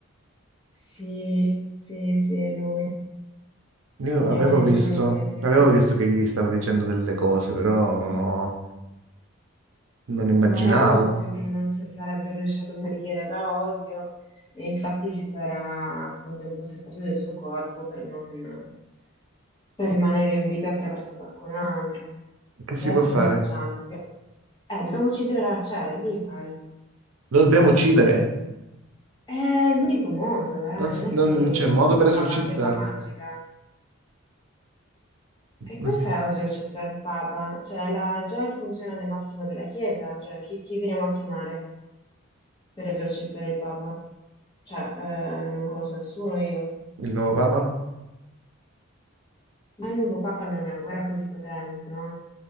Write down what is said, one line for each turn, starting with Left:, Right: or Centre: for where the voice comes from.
Left: Sì, sì, sì, è lui,
Right: io
Left: Leone
Right: avevo visto,
Left: XIX.
Right: avevo visto che gli stavo dicendo delle cose, però non immaginavo.
Left: Ma era ovvio che non si sarebbe lasciato morire da odio e infatti si sarà appunto impossessato del suo corpo per non per rimanere in vita attraverso qualcun altro.
Right: Che
Left: Adesso
Right: si può fare?
Left: come facciamo? Dobbiamo- Eh, dobbiamo uccidere la Cera, che devi fare?
Right: Lo dobbiamo uccidere.
Left: È l'unico modo, eh,
Right: Non, s-
Left: non è
Right: non
Left: che
Right: c'è modo
Left: qua
Right: per
Left: ho
Right: esorcizzarlo.
Left: la bacchetta magica. E come
Right: Non s-
Left: fai a esorcizzare un papa? Cioè, la- già il funzionario massimo della Chiesa, cioè chi chi veniamo a chiamare? per esorcizzare il Papa. Cioè, eh, non conosco nessuno io.
Right: Il nuovo
Left: Boh,
Right: papa?
Left: ma il nuovo Papa non è ancora così potente, no?